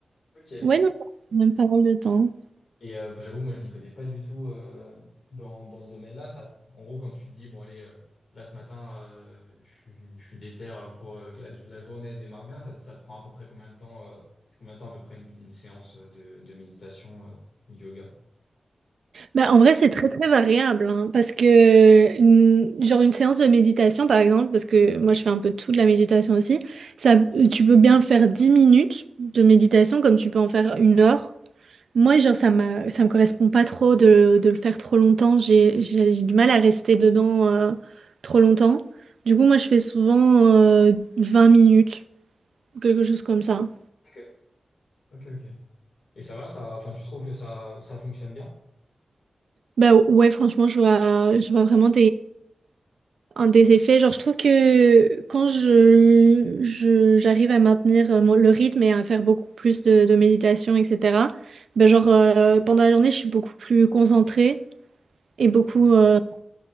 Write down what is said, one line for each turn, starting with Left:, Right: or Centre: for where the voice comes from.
Left: ok.
Right: ouais, non, ça prend même pas mal de temps.
Left: Et euh, j'avoue, moi, je n'y connais pas du tout euh, dans, dans ce domaine-là. Ça, en gros, quand tu te dis, bon, allez, euh, là, ce matin, euh, je, suis je suis déter pour euh, que la, la journée démarre bien, ça, ça te prend à peu près combien de temps, euh, combien de temps à peu près une, une séance de, de méditation, euh, ou de yoga?
Right: Bah, en vrai, c'est très très variable hein, parce que une- genre une séance de méditation par exemple, parce que moi je fais un peu tout de la méditation aussi, ça, tu peux bien faire 10 minutes de méditation comme tu peux en faire une heure. Moi, genre ça m'a, ça me correspond pas trop de, de le faire trop longtemps, j'ai, j'ai, j'ai du mal à rester dedans euh, trop longtemps. Du coup, moi je fais souvent euh, 20 minutes, quelque chose comme ça.
Left: Ok. Ok, ok. Et ça va, ça, enfin, tu trouves que ça, ça fonctionne bien?
Right: Bah ouais, franchement, je vois, je vois vraiment Un des effets, genre je trouve que quand je, je- j'arrive à maintenir euh, mon- le rythme et à faire beaucoup plus de, de méditation, etc., ben genre euh, pendant la journée, je suis beaucoup plus concentrée et beaucoup,
Left: Ok.
Right: euh,